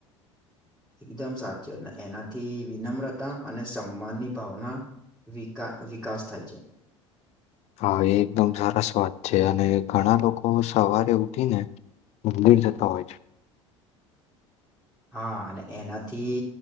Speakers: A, in the centre; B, on the left (about 45°).
A: એકદમ સાચી એનાથી વિનમ્રતા અને સમાનની ભાવના વી વિકાસ થાય છે.
B: હા એ એકદમ સરસ વાત છે અને ઘણા લોકો સવાર ઉઠીને મંદિર જતા હોય છે.
A: હા અને એનાથી